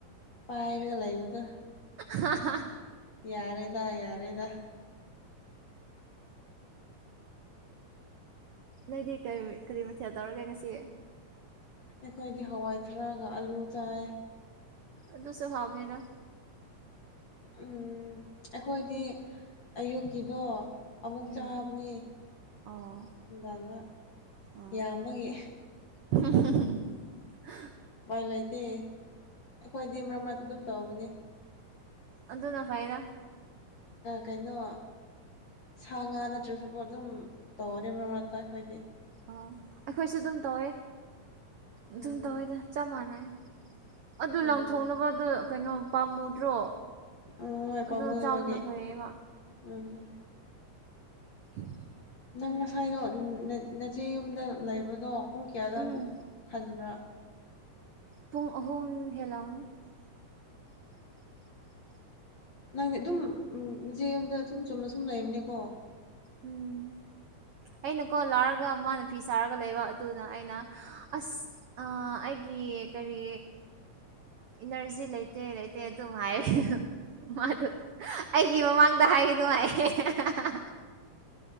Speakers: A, on the left (about 45°); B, on the right (about 75°).
A: ꯄꯥꯏꯔꯒ ꯂꯩꯕꯗ
B: ꯍꯥ ꯍꯥ
A: ꯌꯥꯔꯦꯗ ꯌꯥꯔꯦꯗ
B: ꯂꯩꯗꯤ ꯀꯔꯤ ꯃꯊꯦꯜ ꯇꯧꯔꯒꯦ ꯉꯁꯤ
A: ꯑꯩꯈꯣꯏꯗꯤ ꯍꯋꯥꯏ ꯊꯔꯥꯛꯒ ꯑꯥꯂꯨ ꯆꯥꯏ
B: ꯑꯗꯨꯗ ꯁ꯭ꯚꯥꯕꯅꯦꯗ
A: ꯎꯝ ꯑꯩꯈꯣꯏꯗꯤ ꯑꯌꯨꯛꯀꯤꯗꯣ ꯑꯃꯨꯛ
B: ꯎꯝ
A: ꯆꯥꯕꯅꯦ
B: ꯑꯣ
A: ꯅꯨꯡꯗꯥꯡꯒ
B: ꯑꯣ
A: ꯏꯕꯒꯤ
B: <inaudible>
A: ꯏ ꯂꯩꯇꯦ ꯑꯩꯈꯣꯏ ꯗ ꯃꯔ ꯃꯔꯠꯇ ꯑꯗꯨꯝ ꯇꯧꯕꯅꯦ
B: ꯑꯗꯨꯗꯅ ꯐꯥꯏꯗ
A: ꯀꯩꯅꯣ ꯁꯥ ꯉꯥ ꯅꯠꯇ꯭ꯔꯁꯨꯕꯨ ꯑꯗꯨꯝ ꯇꯧꯅꯦ ꯃꯔꯛ ꯃꯔꯛꯇ ꯑꯩꯈꯣꯏꯗꯤ
B: ꯑꯣ ꯑꯩꯈꯣꯏꯁꯨ ꯑꯗꯨꯝ ꯇꯧꯋꯦ ꯑꯗꯨꯝ
A: ꯎꯝ
B: ꯇꯧꯋꯦꯗ ꯆꯞ ꯃꯥꯟꯅꯩ ꯑꯗꯨ
A: ꯎꯝ
B: ꯂꯪꯊꯣꯛꯅꯕ ꯑꯗꯨꯣ ꯀꯩꯅꯣ ꯄꯥꯝꯃꯨꯗ꯭ꯔꯣ
A: ꯎꯝ ꯍꯣꯏ ꯄꯥꯝꯃꯨꯕꯒꯤ
B: ꯑꯗꯨ ꯆꯥꯕꯅ ꯐꯩꯌꯦꯕ
A: ꯎꯝ
B: ꯎꯝ
A: ꯅꯪ ꯉꯁꯥꯏꯗꯣ ꯅꯆꯦ ꯌꯨꯝꯗ ꯂꯩꯕꯗꯣ ꯄꯨꯡ ꯀꯌꯥꯗ
B: ꯎꯝ
A: ꯑꯃꯨꯛ ꯍꯟꯕ꯭ꯔꯥ
B: ꯄꯨꯡ ꯑꯍꯨꯝ ꯍꯦꯜꯂꯥꯎꯅꯤ <unintelligible>
A: ꯅꯪꯅꯦ ꯑꯗꯨꯝꯁꯦ ꯌꯨꯝꯝꯗ ꯑꯗꯨꯝ ꯆꯨꯝꯅ ꯁꯨꯝ ꯂꯩꯝꯅꯦꯀꯣ
B: ꯎꯝ ꯑꯩꯅꯀꯣ ꯂꯥꯔꯒ ꯑꯗꯨꯒ ꯃꯥꯅ ꯐꯤ ꯁꯥꯔꯒ ꯂꯩꯕ ꯑꯗꯨꯅ ꯑꯩꯅ ꯑꯁ ꯑꯩꯒꯤ ꯀꯔꯤ ꯏꯅꯔꯖꯤ ꯂꯩꯇꯦ ꯂꯩꯇꯦ ꯑꯗꯨꯝ ꯍꯥꯏꯔꯦ ꯃꯥꯗꯨ ꯑꯩꯒꯤ ꯃꯃꯥꯡꯗ ꯍꯥꯏꯔꯤꯅꯅꯨꯡ ꯍꯥꯏꯥꯏ